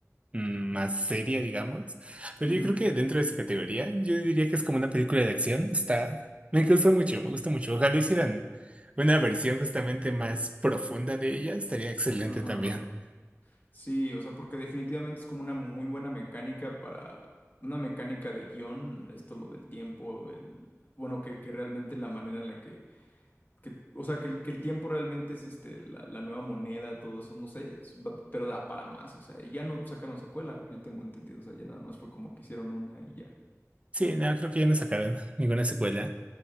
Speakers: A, on the right; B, on the left.
A: mm, más seria, digamos. Pero
B: Ujú,
A: yo creo que dentro de esa categoría, yo diría que es como una película de acción. Está, me gustó mucho, me gusta mucho. Ojalá hicieran una versión justamente más profunda de ella, estaría excelente
B: Ajá.
A: también.
B: Sí, o sea, porque definitivamente es como una muy buena mecánica para una mecánica de guión, esto lo del tiempo, el bueno, que, que realmente la manera en la que, que- o sea, que, el que el tiempo realmente es este la, la nueva moneda, todo eso, no sé, es- va- pero da para más, o sea, y ya no sacaron secuela, que yo tengo entendido, o sea, ya nada más fue como que hicieron una y ya.
A: Sí, no, creo que ya no sacaron ninguna secuela.